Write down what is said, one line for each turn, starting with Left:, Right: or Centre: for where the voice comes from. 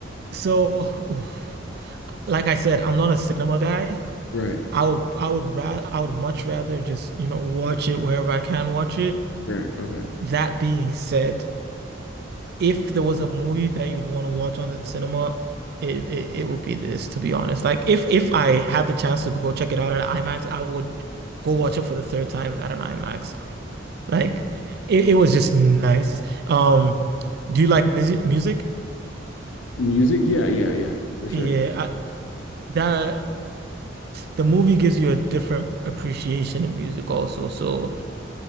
Right: so, <sighs> oof. like I said, I'm not a cinema guy.
Left: right,
Right: I would I would ra I would much rather just, you know, watch it wherever I can watch it.
Left: right, okay.
Right: That being said, if there was a movie that you'd want to watch on the cinema, it, it it would be this, to be honest. Like if if I had the chance to go check it out at IMAX, I would go watch it for the third time at an IMAX. Like it, it was just nice. Um, do you like music music?
Left: Music, yeah, yeah, yeah, for sure.
Right: Yeah, I, that the movie gives you a different appreciation of music also. So,